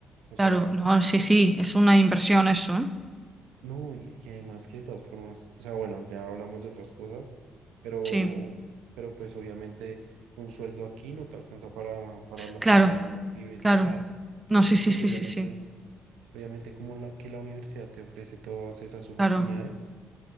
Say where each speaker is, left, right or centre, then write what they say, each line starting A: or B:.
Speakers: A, on the right; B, on the right.
A: O
B: Claro,
A: sea,
B: no, sí, sí, es
A: y-
B: una inversión eso, ¿eh?
A: no, y, y además que de todas formas, o sea, bueno, ya hablamos de otras cosas, pero,
B: Sí,
A: pero pues obviamente un sueldo aquí no te alcanza para, para la-
B: claro,
A: una vivencia
B: claro.
A: allá.
B: No,
A: Entonces,
B: sí, sí,
A: pues
B: sí,
A: obviamente,
B: sí, sí,
A: obviamente como la, que la universidad te ofrece todas esas oportunidades,
B: claro.